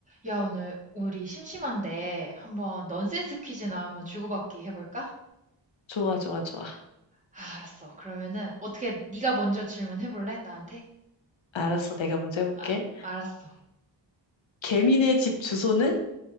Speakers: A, on the right (about 15°); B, on the left (about 85°).
A: 야, 오늘 우리 심심한데 한번 넌센스 퀴즈나 한번 주고받기 해볼까?
B: 좋아, 좋아, 좋아.
A: 아, 알았어. 그러면은 어떻게 네가 먼저 질문해볼래? 나한테?
B: 알았어. 내가 먼저 해볼게.
A: 아, 알았어.
B: 개미네 집 주소는?